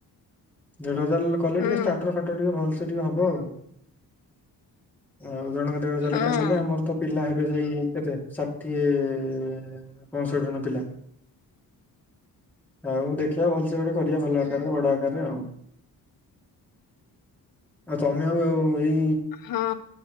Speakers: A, in the centre; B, on the left.
A: ଦେଢ ହଜାର କଲେ
B: ହଁ
A: ଟିକେ ଷ୍ଟାର୍ଟର ଫାଟର ଟିକେ ଭଲସେ ଟିକେ ହବ ଆଉ। ଆଉ ଜଣକା ଦେଢ ହଜାର
B: ହଁ
A: ଲେଖା କଲେ ଆମର ତ ପିଲା ହେବେ ସେଇ କେତେ ଷାଠିଏ ପଞ୍ଚଷଠି ଜଣ ପିଲା। ଆଉ ଦେଖିବା ଭଲ ସେ ଗୋଟେ କରିବା ଭଲ ଆକାରରେ ବଡ ଆକାରରେ ଆଉ। ଆଉ ତମେ ଆଉ ସେଇ
B: ହଁ